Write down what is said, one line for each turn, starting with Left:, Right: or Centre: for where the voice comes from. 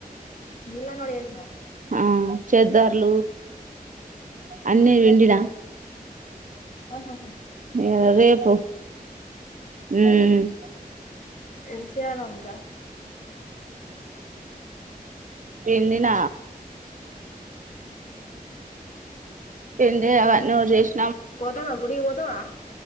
Left: నీళ్లన్ని ఒడ చేసినవా
Right: ఆ చేద్దర్లు అన్నీ విన్డినా
Left: ఆహహా
Right: ఎ రేపు హ్మ్
Left: ఎంసియన ఇంకా
Right: పిండిన పిండిన అవ్వన్నీ ఎవరు చేసి
Left: పోతవ గుడికి పోతావా